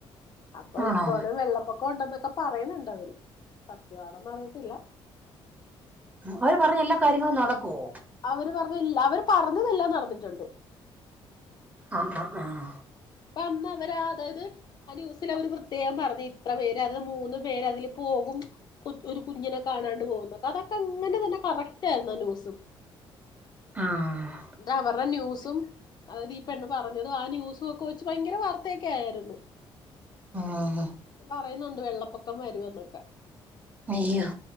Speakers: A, on the left; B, on the right.
A: അപ്പൊ
B: ആണോ
A: ഇത്തവണ വെള്ളപ്പൊക്കം ഉണ്ടന്നൊക്കെ- പറയണണ്ട് അവര് സത്യവാണോ ന്ന അറിയത്തില്ല
B: അവര് പറഞ്ഞ എല്ലാ കാര്യങ്ങളും നടക്കുവോ?
A: അവര് പറഞ്ഞല്ല അവര് പറഞ്ഞതെല്ലാം നടന്നിട്ടുണ്ട്.
B: ആഹ. ആഹ. ആഹ!
A: അ അന്ന് അവര് അതായത് ആ ന്യുസിൽ അവര് പ്രത്യേകം പറഞ്ഞു ഇത്ര പേര് അത് മൂന്ന് പേര് അതില് പോകും ഒരു കുഞ്ഞിനെ കാണാണ്ട് പോകുന്നൊക്കെ അതൊക്കെ അങ്ങനെ തന്നെ കറക്റ്റായിരുന്നു ആ ന്യൂസും.
B: ആഹ് ആഹ്
A: <inaudible> ഇത് അവരുടെ ന്യൂസും അതായത് ഈ പെണ് പറഞ്ഞതും ആ ന്യൂസും ഒക്കെ- കുറിച്ചു ഭയങ്കര വാർത്തയൊക്കെ ആയിരുന്നു.
B: ഉം
A: പറയുന്നുണ്ട് വെള്ളപ്പൊക്കം വരുമന്നൊക്കെ.
B: അയ്യോ!